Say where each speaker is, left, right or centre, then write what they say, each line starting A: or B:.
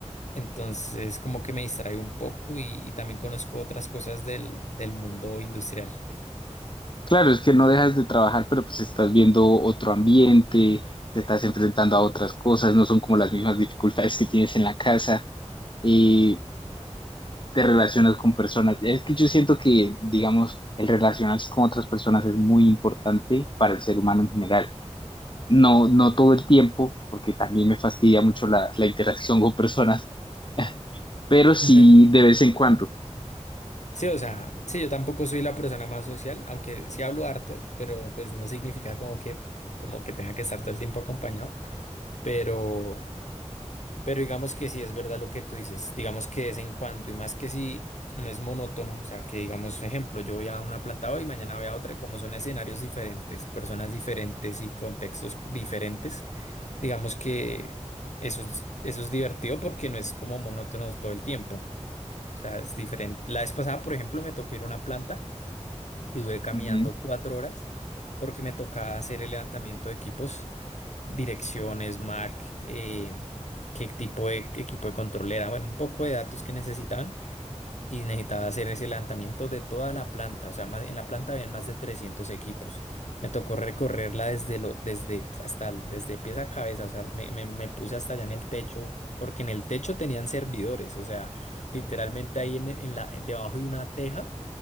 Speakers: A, on the left; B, on the left.
A: Entonces como que me distraigo un poco y, y también conozco otras cosas del, del mundo industrial.
B: Claro, es que no dejas de trabajar, pero pues estás viendo otro ambiente, te estás enfrentando a otras cosas, no son como las mismas dificultades que tienes en la casa y te relacionas con personas. Es que yo siento que, digamos, el relacionarse con otras personas es muy importante para el ser humano en general. No, no todo el tiempo, porque también me fastidia mucho la, la interacción con personas, <laughs> pero sí
A: <laughs>
B: de vez en cuando.
A: Sí, o sea, sí, yo tampoco soy la persona más social, aunque sí hablo harto, pero pues no significa como que, como que tenga que estar todo el tiempo acompañado. Pero, pero digamos que sí es verdad lo que tú dices, digamos que de vez en cuando, y más que si no es monótono, o sea, que digamos, ejemplo, yo voy a una planta hoy, mañana voy a otra, y como son escenarios diferentes, personas diferentes y contextos diferentes, digamos que eso es, eso es divertido porque no es como monótono todo el tiempo. O sea, es diferente. La vez pasada, por ejemplo, me tocó ir a una planta y duré caminando
B: Ujú.
A: cuatro horas porque me tocaba hacer el levantamiento de equipos, direcciones, MAC, eh, qué tipo de equipo de control era, bueno, un poco de datos que necesitaban y necesitaba hacer ese levantamiento de toda la planta, o sea, más, en la planta habían más de 300 equipos. Me tocó recorrerla desde lo, desde hasta el- desde pies a cabeza, o sea, me, me, me puse hasta allá en el techo. Porque en el techo tenían servidores, o sea, literalmente ahí en, en la, debajo de una teja